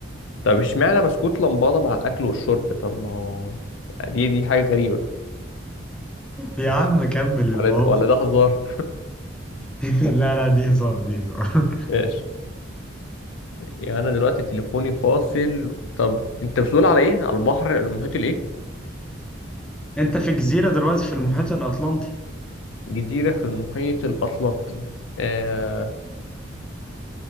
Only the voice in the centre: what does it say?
يا عم كمل الموقف
<laughs> لا لا دي هزار دي هزار
<laughs> انت في جزيرة دلوقتي في المحيط الأطلنطي